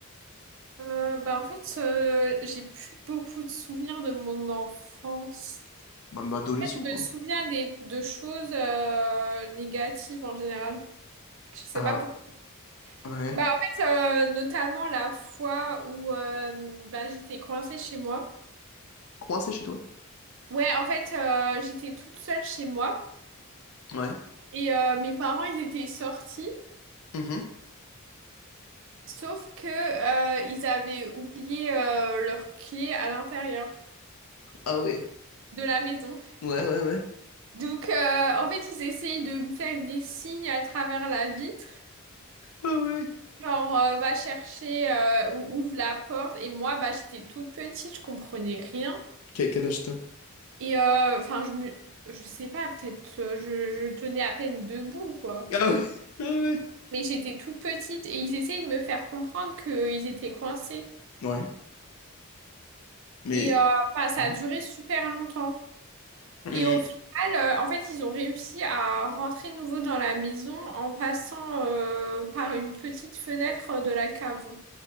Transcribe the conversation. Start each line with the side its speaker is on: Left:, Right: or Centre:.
Right: Euh, bah en fait, euh, j'ai plus beaucoup de souvenirs de mon enfance.
Left: Même adolescence,
Right: En fait, je
Left: hein.
Right: me souviens des, de choses euh, négatives en général. Je sais
Left: Ah,
Right: pas pourquoi.
Left: ouais.
Right: Bah en fait, euh, notamment la fois où euh, bah, j'étais coincée chez moi.
Left: coincé chez toi?
Right: Ouais, en fait, euh, j'étais toute seule chez moi
Left: Ouais.
Right: et euh, mes parents, ils étaient sortis.
Left: Mhm.
Right: Sauf que euh, ils avaient oublié euh, leur clé à l'intérieur
Left: Ah ouais.
Right: de la maison.
Left: Ouais, ouais, ouais.
Right: Donc euh, en fait ils essayaient de me faire des signes à travers la vitre.
Left: Ah ouais.
Right: Genre euh, va chercher euh, ou ouvre la porte. Et moi bah j'étais toute petite, je comprenais rien.
Left: Quel, quel âge t'as?
Right: Et euh, enfin je me je sais pas, peut-être euh, je, je tenais à peine debout quoi.
Left: Ah ouais. Ah ouais.
Right: Mais j'étais toute petite et ils essayaient de me faire comprendre qu'ils étaient coincés.
Left: Ouais. Mais.
Right: Et euh, enfin, ça
Left: Mhm.
Right: a duré super longtemps.
Left: Hum.
Right: Et au final, euh, en fait, ils ont réussi à rentrer de nouveau dans la maison en passant euh, par une petite fenêtre de la cave.